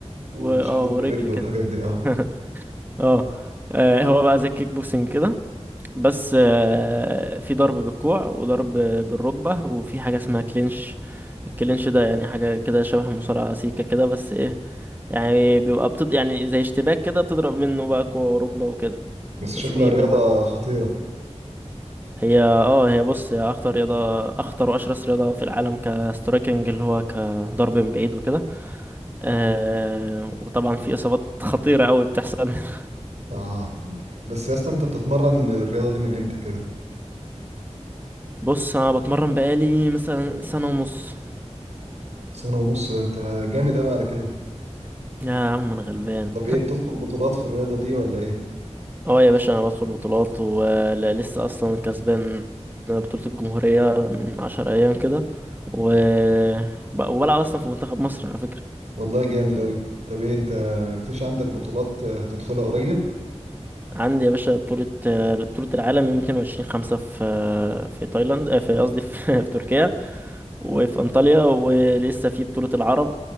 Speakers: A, on the right (about 70°); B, on the right (about 15°).
A: وشلوت
B: و... اه ورجل
A: بالرجل والحاجات
B: كده
A: دي اه
B: <laughs> اه آه، هو بقى زي الكيك بوكسنج كده بس آه، في ضرب بالكوع وضرب بالركبة وفي حاجة اسمها كلينش الكلينش ده يعني حاجة كده شبه المصارعة سيكة كده بس ايه يعني بيبقى بتض... يعني زي اشتباك كده بتضرب منه بقى كوع وركبة وكده
A: بس
B: وسويب
A: شكلها رياضة
B: اللي هو-
A: خطيرة
B: هي اه هي بص هي اخطر رياضة اخطر واشرس رياضة في العالم كسترايكنج اللي هو كضرب من بعيد وكده آه وطبعا في اصابات خطيرة قوي بتحصل <laughs>
A: اه بس يا اسطى انت بتتمرن الرياضة دي من امتى كده
B: بص انا بتمرن بقالي مثلا سنة ونص
A: سنة ونص ده انت جامد قوي على كده
B: يا عم انا غلبان
A: طب ايه بتدخل بطولات في الرياضة دي ولا ايه
B: اه يا باشا انا بدخل بطولات ولسه اصلا كسبان بطولة الجمهورية من عشر ايام كده و... وب- وبلعب اصلا في منتخب مصر على فكرة
A: والله جامد قوي طب ايه انت مفيش عندك بطولات هتدخلها قريب
B: عندي يا باشا بطولة بطولة العالم يوم 22 خمسة في في تايلاند آه، في قصدي في... <laughs> في تركيا وفي انطاليا ولسه في بطولة العرب